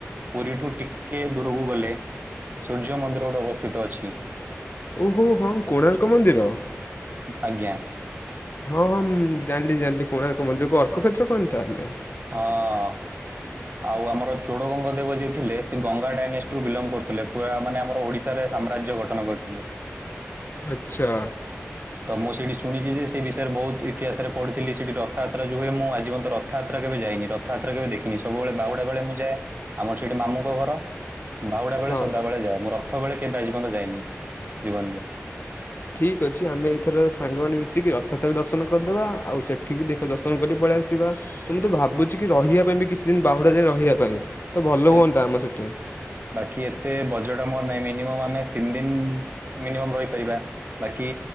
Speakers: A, on the right; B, on the left.
A: ପୁରୀଠୁ ଟିକେ ଦୂରକୁ ଗଲେ ସୂର୍ଯ୍ୟ ମନ୍ଦିର ଗୋଟେ ଅବସ୍ଥିତ ଅଛି।
B: ଓହୋ ହଁ କୋଣାର୍କ ମନ୍ଦିର।
A: ଆଜ୍ଞା
B: ହଁ ହଁ ଜାଣିଲି ଜାଣିଲି କୋଣାର୍କ ମନ୍ଦିରକୁ ଅର୍କଖେତ୍ର କୁହନ୍ତି ତାହେଲେ।
A: ହଁ। ଆଉ ଆମର ଚୋଡ଼ଗଙ୍ଗ ଦେବ ଯିଏ ଥିଲେ ସେ ଗଙ୍ଗା ଡାଇନାସ୍ଟିରୁୁ ବିଲଙ୍ଗ କରୁଥିଲେ ପୁରା ମାନେ ଆମର ଓଡ଼ିଶା ଏଠାରେ ସାମ୍ରାଜ୍ୟ ଗଠନ କରିଥିଲେ।
B: ଆଛା।
A: ତ ମୁଁ ସେଇଠି ଶୁଣିଛି ଯେ ସେ ବିଷୟରେ ବହୁତ ଇତିହାସରେ ପଢିଥିଲି ସେଠି ରଥଯାତ୍ରା ଯଉ ହୁଏ ମୁଁ ଆଜି ପର୍ଯ୍ୟନ୍ତ ର ରଥଯାତ୍ରା କେବେ ଯାଇନି, ରଥଯାତ୍ରା କେବେ ଦେଖିନି, ସବୁବେଳେ ବାହୁଡା ବେଳେ ମୁ ଯାଏ। ଆମର ସେଠି ମାମୁଁଙ୍କ ଘର ବାହୁଡା ବେଳେ
B: ହଁ
A: ସଦାବେଳେ ଯାଏ ମୁଁ ରଥ ସବୁବେଳେ କେବେ ଆଜି ପର୍ଯ୍ୟନ୍ତ ଯାଇନି ଜୀବନରେ।
B: ଠିକ୍ ଅଛି ଆମେ ଏଇଥର ସାଙ୍ଗମାନେ ମିଶିକି ରଥଯାତା ବି ଦର୍ଶନ କରିଦେବା। ଆଉ ସେଠି ବି ଦେଖ ଦର୍ଶନ କରି ପଳେଇ ଆସିବା। ତ ମୁଁ ତ ଭାବୁଛି କି ରହିବା ପାଇଁ ବି କିଛି ଦିନ ବାହୁଡା ଯାଏ ରହିବା ପାଇଁ ତ ଭଲ
A: ଏ
B: ହୁଅନ୍ତା ଆମର ସେଠି।
A: ବାକି ଏତେ ବଜେଟ ଆମର ନାହିଁ ମିନିମମ୍ ଆମେ ତିନି ଦିନ ମିନିମମ ରହିପାରିବା। ବାକି